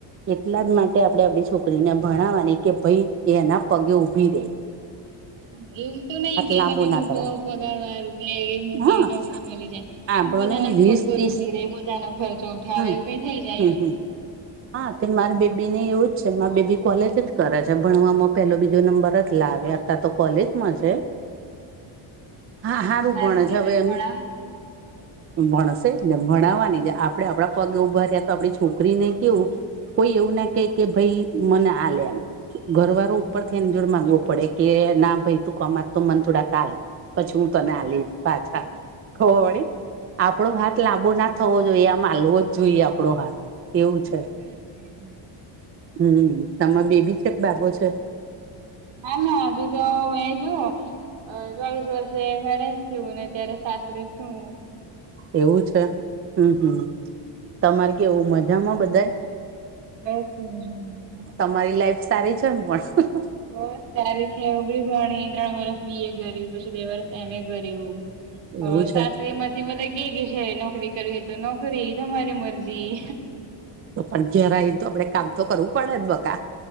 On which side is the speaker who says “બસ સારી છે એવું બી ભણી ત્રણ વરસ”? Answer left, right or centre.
Right